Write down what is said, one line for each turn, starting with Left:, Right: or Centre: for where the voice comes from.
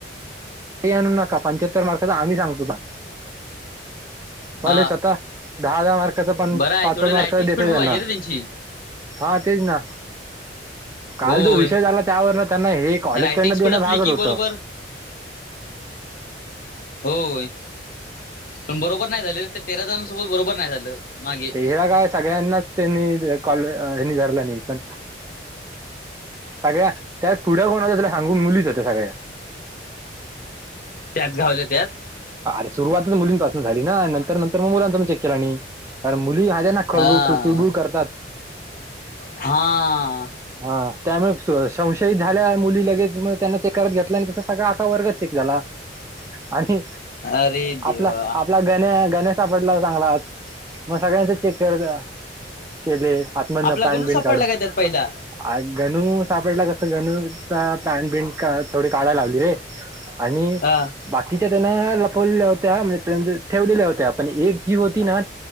Right: ते आणू नका पंच्याहत्तर मार्काचा आम्ही सांगतो तुला कॉलेज
Left: हा
Right: स्वतः दहा हजहा मार्काचा पण
Left: बरं आहे
Right: पाच
Left: तेवढं
Right: पाच मार्का
Left: रायटिंग
Right: देतच
Left: स्पीड पण
Right: त्यांना
Left: पाहिजे रे त्यांची
Right: हा तेच ना. काल
Left: होय
Right: जो विषय झाला त्यावर त्यांना हे कॉलेज
Left: रायटिंग
Right: कडन
Left: स्पीड
Right: देणं
Left: असली
Right: भागत
Left: की
Right: होतं.
Left: बरोबर होय पण बरोबर नाही झाले त्या तेरा जणांसोबत बरोबर नाही झालं. मागे
Right: तेरा काय सगळ्यांनाच त्यांनी कॉल हेनीधरला नाही पण. सगळ्या त्यात पुढं कोण होत्या त्या सांगून मुलीच होत्या सगळ्या.
Left: त्यात गावल्या त्यात.
Right: अरे सुरुवातच मुलींपासून झाली ना नंतर नंतर मग मुलांचा म चेक केला आणि कारण मुली. ना खळबू
Left: हा
Right: खुचुबू करतात.
Left: हा आ.
Right: हा त्यामुळे स संशयित झाल्या मुली लगेच मग त्यांना चेक करत घेतला आणि तस सगळ आका वर्ग चेक झाला. आणि
Left: अरे देवा
Right: आपला आपला गण्या गण्या सापडला बंगलात मग सगळ्यांच चेक करता काय ते आातमधनं
Left: आपला
Right: पॅन्ट
Left: गणू
Right: बिंनं
Left: सापडला
Right: काढून
Left: काय त्यात पहिला
Right: आन गनू सापडला हा सगळ्यांना पॅन्ट बिंट थोडी काढाला लावली आणि
Left: अ
Right: बाकीच्या त्यांन लपवलेल्या होत्या म्हणजे तेनं ठेवलेल्या होत्या पण एक जी होती ना